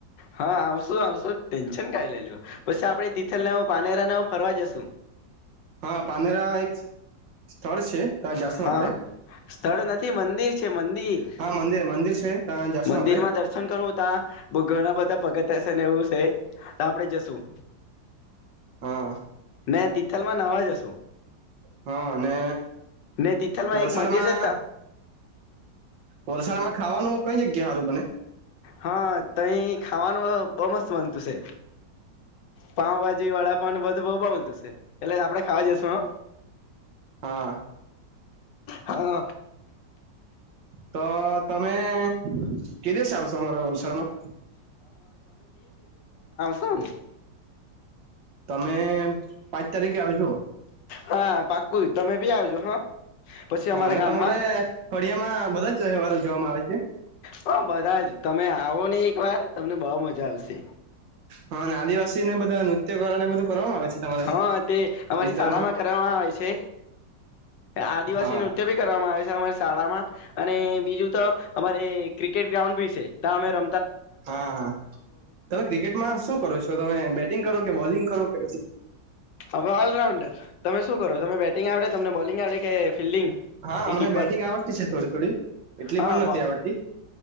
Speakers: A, on the left; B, on the right.
A: હા, આવશું આવશું ટેન્શન કા લઈ લો પછી આપડે તિથલ ના પાનેરા ના ફરવા જશુ
B: હા, પારનેરા એક સ્થળ છે ત્યાં જશું
A: હા
B: આપડે
A: સ્થળ નથી મંદિર છે મંદિર,
B: હા મંદિર મંદિર છે ત્યાં જાશું
A: મંદિર
B: આપડે
A: માં દર્શન કરું તા, બ ઘણા બધા પગથીયા શે ને એવું એ આપણે જ સું.
B: હા
A: ને તિથલ માં નાવા જશું.
B: હા અ ને
A: ને તિથલમાં
B: વલસાડમાં
A: એક મંદિર છે ત્યાં.
B: વલસાડમાં ખાવાનું કઈ જગ્યા હા રું બને?
A: હા તહી ખાવાનું બો મસ્ત મલતું છે, પાઉભાજી વડાપાવ બધું બઉ બધું છે, એટલે આપડે ખાવા જઈશું હ.
B: હા.
A: હા.
B: તો ત તમે કે દિવસે અમારા વલસાડમાં.
A: શું.
B: અમે પાંચ તારીખે આવજો.
A: હા પાકુ તમે બી આવજો હા. પછી
B: હા
A: અમારા
B: અને
A: ગામમાં
B: તમારે ફડિયામાં બધા જ તહેવાર ઉજવવામાં આવે છે.
A: હા બધા જ તમે આવો ને એક વાર તમને બઉ મજા આવશે.
B: હા અને આદિવાસી બધા નૃત્ય કરવા ને બધું કરવામાં આવે છે તમારે
A: હા તે અમારી
B: વિસ્તારમાં
A: શાળા માં કરવામાં આવે છે, આદિવાસી
B: હા
A: નૃત્ય ભી કરવામાં આવે છે. અમારી શાળામાં, અને બીજું તો અમારે ક્રિકેટ ગ્રાઉન્ડ ભી શે ત્યા અમે ર
B: હા હા તમે ક્રિકેટમાં શું કરો છો તમે બેટિંગ કરો કે બોલિંગ કરો કે પછી
A: અમે ઓલરાઉન્ડર તમે શું કરો તમે બેટિંગ આવડે? તમને બોલિંગ આવડે કે ફિલ્ડિંગ
B: હા
A: કે
B: અમને
A: કીપર
B: બેટિંગ આવડતી છે થોડી થોડી એટલી
A: હા
B: પણ નથી
A: બ
B: આવડતી,